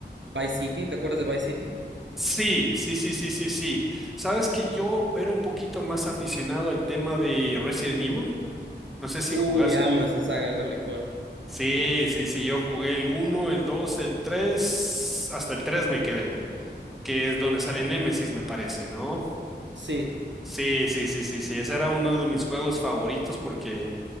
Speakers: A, on the right (about 85°); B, in the centre.
A: Vice City? ¿Te acuerdas de Vice City?
B: Sí, sí, sí, sí, sí, sí. Sabes que yo era un poquito más aficionado al tema de Resident Evil. No sé si
A: Uy,
B: jugás
A: amo esa saga, es la mejor.
B: Sí, sí, sí, yo jugué el uno, el 2, el 3, hasta el 3 me quedé, que es donde sale Nemesis, me parece, ¿no?
A: Sí.
B: Sí, sí, sí, sí, sí, ese era uno de mis juegos favoritos porque,